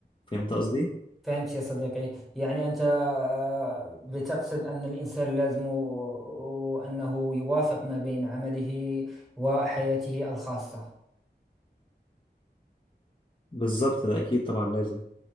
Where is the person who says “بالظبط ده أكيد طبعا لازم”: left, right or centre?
Left